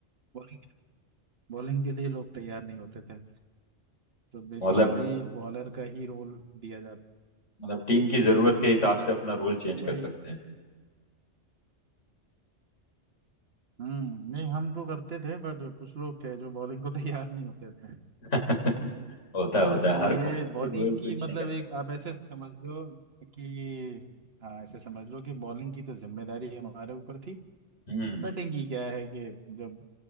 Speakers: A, on the right; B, on the left.
A: बॉलिंग बॉलिंग के लिए लोग तैयार नहीं होते थे तो बेसिकली
B: मतलब
A: बॉलर का ही रोल दिया जाता
B: मतलब टीम की जरूरत के हिसाब से अपना रोल चेंज कर
A: वही
B: सकते हैं
A: हम्म नहीं हम तो करते थे बट कुछ लोग थे जो बॉलिंग को <laughs> तैयार नहीं होते थे
B: <laughs> होता है
A: तो
B: होता
A: इसलिए
B: है हर कोई
A: बॉलिंग
B: रोल स्विच
A: की मतलब
B: नहीं कर सकता
A: एक आप ऐसे समझ लो कि हाँ ऐसे समझ लो कि बॉलिंग की तो जिम्मेदारी हमारे ऊपर थी
B: हम्म
A: बैटिंग की क्या है कि जब